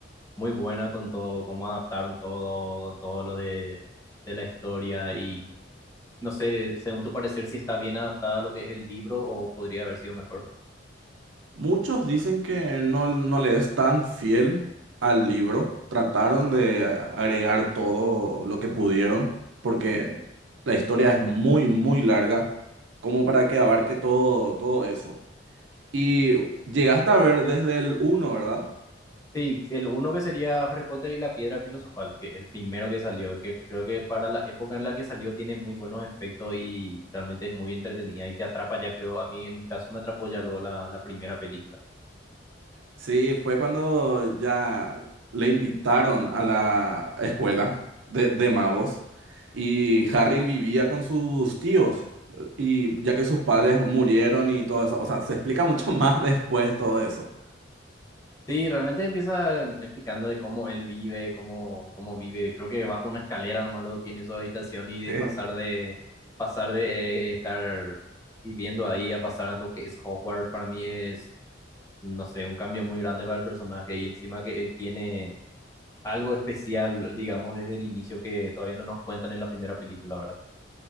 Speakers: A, on the left (about 15°); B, on the right (about 80°).
A: muy buena con todo, cómo adaptaron todo, con todo lo de, de la historia y no sé, según tu parecer, si está bien adaptada a lo que es el libro o podría haber sido mejor.
B: Muchos dicen que no, no le es tan fiel al libro. Trataron de agregar todo lo que pudieron, porque la historia es muy, muy larga, como para que abarque todo, todo eso. Y llegaste a ver desde el uno, ¿verdad?
A: Sí, el uno que sería Harry Potter y la Piedra Filosofal, que es el primero que salió, que creo que para la época en la que salió tiene muy buenos efectos y realmente es muy entretenida y te atrapa ya creo, a mí en mi caso me atrapó ya luego la, la primera película.
B: Sí, fue cuando ya le invitaron a la escuela de, de magos y Harry vivía con sus tíos eh, y ya que sus padres murieron y todo eso, o sea, se explica mucho <laughs> más después todo eso.
A: Sí, realmente empieza em, explicando de cómo él vive, cómo, cómo vive, creo que bajo una escalera nomás luego tiene su habitación y de
B: Eh,
A: pasar de, pasar de estar viviendo ahí a pasar a lo que es Hogwarts, para mí es, no sé, un cambio muy grande para el personaje y encima que él tiene algo especial, digamos, desde el inicio que todavía no nos cuentan en la primera película, ¿verdad?